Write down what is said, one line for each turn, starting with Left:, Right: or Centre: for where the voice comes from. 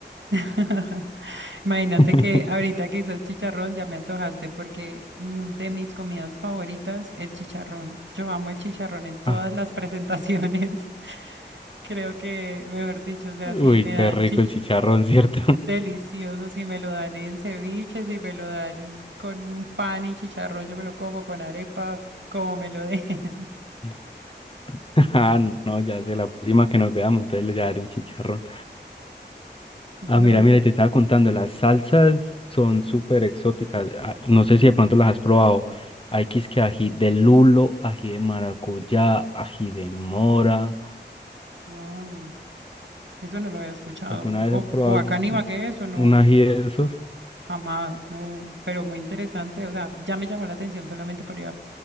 Right: <laughs> Imagínate
Left: <laughs>
Right: que ahorita que hice chicharrón ya me antojaste porque mm, de mis comidas favoritas, el chicharrón. Yo amo el chicharrón en todas
Left: Ah,
Right: las presentaciones. <laughs> Creo que, mejor dicho, o sea,
Left: Uy,
Right: si me
Left: qué
Right: dan
Left: rico
Right: chicharrón.
Left: el chicharrón, ¿cierto?
Right: Delicioso, si me lo dan en ceviche, si me lo dan con un pan y chicharrón, yo me lo como con arepa, como me lo den. <laughs>
Left: <laughs> Ah, no, ya sé, la próxima que nos veamos, entonces le daré un chicharrón.
Right: No
Left: Ah, mira, mira,
Right: sé.
Left: y te estaba contando, las salsas son súper exóticas. ah, No sé si de pronto las has probado. Hay que es que ají de lulo, ají de maracuyá, ají de mora.
Right: Wow. Eso no lo había escuchado.
Left: ¿Alguna vez
Right: O,
Left: has probado
Right: o acá en Ibagué,
Left: un
Right: eso no,
Left: un ají de esos?
Right: jamás, no. Pero muy interesante. O sea, ya me llamó la atención solamente por ir a,